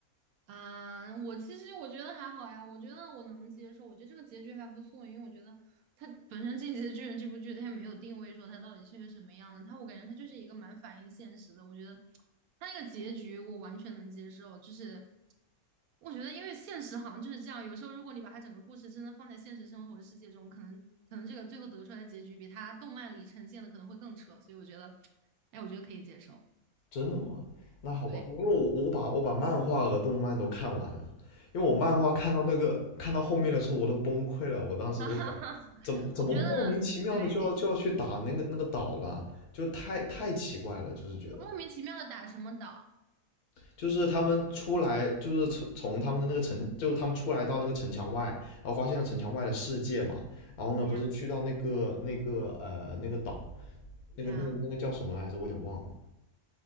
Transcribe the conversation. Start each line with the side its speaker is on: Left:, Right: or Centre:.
Right: 啊，我其实我觉得还好呀，我觉得我能接受，我觉得这个结局还不错，因为我觉得它本身《进击的巨人》这部剧它也没有定位说它到底是个什么样的，它我感觉它就是一个蛮反映现实的，我觉得它那个结局我完全能接受，就是我觉得因为现实好像就是这样，有时候如果你把它整个故事真的放在现实生活的世界中，可能可能这个最后得出来的结局比它动漫里呈现的可能会更扯，所以我觉得，哎，我觉得可以接受，
Left: 真的吗？那好吧，
Right: 对，
Left: 因为我我把我把漫画和动漫都看完了，因为我漫画看到那个看到后面的时候我都崩溃了，我当时都想，
Right: <laughs> 哈哈哈，
Left: 怎么怎么莫名其妙的就要就要去打那个那个岛了，
Right: 我觉得对。
Left: 就太太奇怪了，就是觉得，
Right: 莫名其妙的打什么岛？
Left: 就是他们出来，就是从从他们的那个城，就是他们出来到那个城墙外，然后发现了城墙外的世界嘛，然后呢，
Right: 对呀，
Left: 不是去到那个那个呃那个岛，那个那个那个叫什么来着，
Right: 对呀，
Left: 我有点忘了。